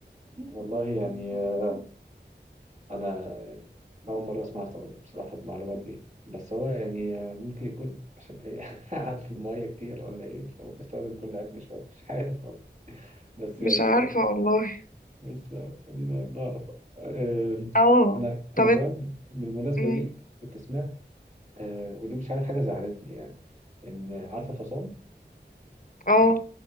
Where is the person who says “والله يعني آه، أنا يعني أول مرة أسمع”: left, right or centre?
Right